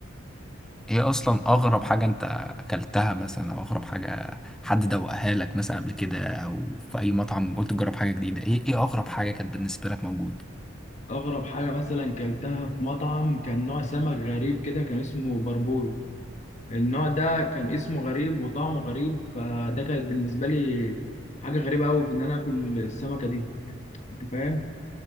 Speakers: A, in the centre; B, on the left.
A: ايه اصلا اغرب حاجة انت اكلتها مثلا او اغرب حاجة حد دوقها لك مثلا قبل كده او في اي مطعم قلت تجرب حاجة جديدة ايه ايه اغرب حاجة كانت بالنسبة لك موجود
B: اغرب حاجه مثلا كلتها في مطعم كان نوع سمك غريب كده كان اسمه بربورو النوع ده كان اسمه غريب وطعمه غريب فده كانت بالنسبه لي حاجه غريبه قوي في ان انا اكل السمكه دي انت فاهم